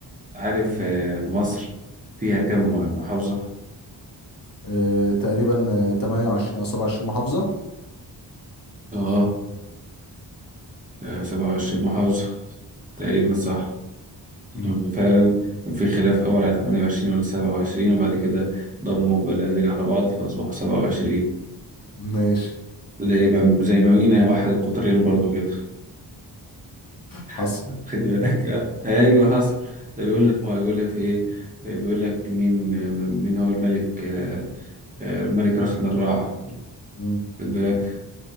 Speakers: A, on the right; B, on the left.
A: عارف آه، مصر فيها كم محافظة؟
B: آه تقريبا آه، 28 او 27 محافظة
A: آه آه، سبعة وعشرين محافظة تقريبا صح لأنه
B: مم.
A: فعلا كان في خلاف أول على تمانية وعشرين ولا سبعة وعشرين وبعد كده ضموا بلدين على بعض فأصبحوا سبعة وعشرين
B: ماشي
A: زي ما زي ما مينا واحد القطرين برضو كده
B: حصل
A: <laughs> خد بالك آه، أيوه حصل ده بيقول
B: مم.
A: لك بيقول لك في إيه؟ بيقول لك مين آه، مين هو الملك آه، آه، الملك رخن الراع
B: مم.
A: خد بالك